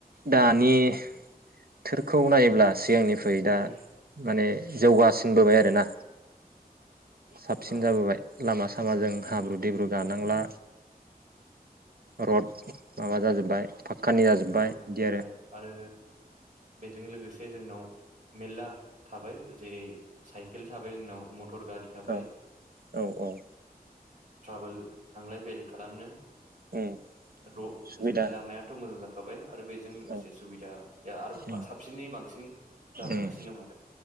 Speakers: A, on the right; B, on the right.
A: दानि बोथोरखौ नायोब्ला सिगांनिफ्राय
B: दानि
A: दा माने जौगासिनबोबाय आरोना साबसिन
B: औ
A: जाबोबाय लामा सामाजों हाब्रु दैब्रु गानांला रड माबा जाजोब्बाय फाक्कानि जाजोब्बाय
B: रड मोनबाय
A: बिदि
B: आरो बेजों लोगोसे जोंनाव मेलला थाबाय जेरै साइकेल थाबाय जोंनाव मटर गारि थाबाय
A: औ औ औ
B: ट्राभेल थांलाय फैलाय खालामनो
A: उम
B: र
A: सुबिदा
B: जोंनि लामायाथ' मोजां ज थाबाय आरो बेजों लोगोसे
A: औ
B: सुबिदाया आरो
A: उम
B: साबसिनै बांसिन जाबोगासिनो
A: उम
B: दं आरो